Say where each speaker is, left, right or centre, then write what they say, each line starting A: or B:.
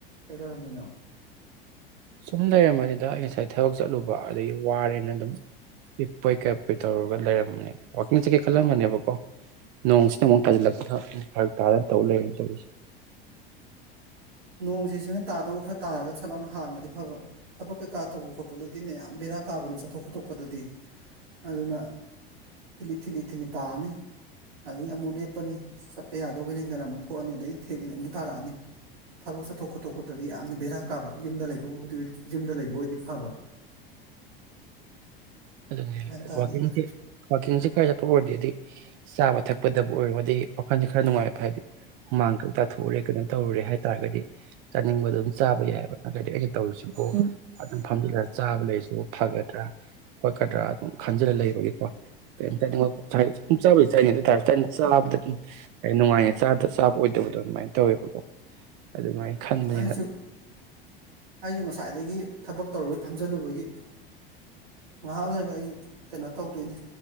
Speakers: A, on the right; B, on the right.
A: ꯀꯗꯔꯃꯤꯅꯣ
B: ꯁꯨꯝ ꯂꯩꯔꯝꯃꯅꯤꯗ ꯑꯩ ꯉꯁꯥꯏ ꯊꯕꯛ ꯆꯠꯂꯨꯕ ꯑꯗꯒꯤ ꯋꯥꯔꯦꯅ ꯑꯗꯨꯝ ꯄꯤꯞꯄꯣꯏ ꯀꯩꯞꯄꯣꯏ ꯇꯧꯔꯒ ꯂꯩꯔꯝꯕꯅꯤ ꯋꯥꯀꯤꯡ ꯆꯠꯀꯦ ꯈꯜꯂꯝꯕꯅꯦꯕꯀꯣ ꯅꯣꯡꯁꯤꯗ ꯑꯃꯨꯛ ꯊꯥꯖꯤꯜꯂꯛꯄꯗ ꯑꯩꯅ ꯐꯛ ꯇꯥꯗꯅ ꯇꯧ ꯂꯩꯔꯦ ꯇꯧꯔꯤꯁꯦ
A: ꯅꯣꯡꯁꯤ ꯁꯨꯅ ꯇꯥꯗꯕ ꯈꯔ ꯇꯥꯔꯒ ꯆꯠꯂꯥꯎꯅ ꯍꯥꯡꯉꯗꯤ ꯐꯕ ꯊꯕꯛ ꯀꯩꯀꯥ ꯇꯧꯕ ꯈꯣꯠꯄꯗꯗꯤꯅꯦ ꯌꯥꯝ ꯕꯦꯔꯥ ꯀꯥꯕꯅꯤ ꯆꯠꯊꯣꯛ ꯈꯣꯠꯇꯣꯛꯄꯗꯗꯤ ꯑꯗꯨꯅ ꯊꯤꯜꯂꯤ ꯊꯤꯜꯂꯤ ꯊꯤꯜꯂꯤ ꯇꯥꯑꯅꯤ ꯑꯗꯒꯤ ꯑꯃꯨꯛ ꯂꯦꯞꯄꯅꯤ ꯆꯠꯄ ꯌꯥꯗꯕ ꯅꯤꯡꯗꯅ ꯑꯃꯨꯛ ꯊꯣꯛꯑꯅꯤ ꯑꯗꯩꯗꯤ ꯊꯤꯂꯤ ꯑꯃꯨꯛ ꯇꯥꯔꯛꯑꯅꯤ ꯊꯕꯛ ꯆꯠꯊꯣꯛ ꯈꯣꯠꯇꯣꯛꯄꯗꯗꯤ ꯌꯥꯝꯅ ꯕꯦꯔꯥ ꯀꯥꯕ ꯌꯨꯝꯗ ꯂꯩꯕꯕꯨꯕꯨ ꯌꯨꯝꯗ ꯂꯩꯕ ꯑꯣꯏꯗꯤ ꯐꯕ
B: ꯑꯗꯨ
A: ꯒ꯭ꯌꯥꯟ ꯇꯥꯗꯦꯗ
B: ꯋꯥꯀꯤꯁ ꯋꯥꯀꯤꯁꯤ ꯀꯩ ꯆꯄꯄꯗꯦꯗꯤ ꯁꯕ ꯊ ꯀꯛꯄꯗꯕꯨ ꯑꯣꯏꯔꯣ ꯑꯗꯤ ꯋꯥꯈꯜꯁꯦ ꯈꯔ ꯅꯨꯡꯉꯥꯏꯕ ꯍꯥꯏꯗꯤ ꯍꯨꯃꯥꯡ ꯊꯣꯛꯣꯔꯦ ꯀꯩꯅꯣ ꯇꯧꯔꯨꯔꯦ ꯍꯥꯏꯇꯥꯔꯒꯗꯤ ꯆꯥꯅꯤꯡꯕꯗ ꯑꯗꯨꯝ ꯆꯥꯕ ꯌꯥꯏꯑꯕ ꯅꯠꯇ꯭ꯔꯒꯗꯤ ꯑꯩꯅ ꯇꯧꯔꯤꯁꯤꯕꯣ ꯑꯗꯨꯝ ꯐꯝꯖꯤꯜꯂꯁꯤ ꯆꯥꯕ ꯂꯩꯁꯨ ꯐꯒꯗ꯭ꯔꯥ ꯍꯣꯏꯀꯗ꯭ꯔꯥ ꯑꯗꯨꯝ ꯈꯟꯖꯤꯜꯂ ꯂꯩꯕꯒꯤꯀꯣ ꯀꯩꯝꯇ ꯆꯥꯕꯁꯤ ꯆꯅꯤ ꯑꯗꯨꯇꯥꯔꯁꯨ ꯆꯥꯕꯗ ꯑꯗꯨꯝ ꯅꯨꯡꯉꯥꯏꯉ ꯆꯥꯗ ꯆꯥꯕ ꯑꯣꯏꯗꯕꯗꯣ ꯑꯗꯨꯃꯥꯏꯅ ꯇꯧꯋꯦꯕꯀꯣ ꯑꯗꯨꯃꯥꯏꯅ ꯈꯟꯗꯦ
A: ꯑꯩꯁꯨ ꯑꯩꯁꯨ ꯉꯁꯥꯏꯗꯒꯤ ꯊꯕꯛ ꯇꯧꯔꯨꯕꯩ ꯐꯝꯖꯜꯂꯨꯕꯒꯤ ꯉꯥꯏꯍꯥꯛ ꯂꯩꯔꯒ ꯑꯩꯁꯨ ꯀꯩꯅꯣ ꯇꯧꯗꯣꯏꯅꯤ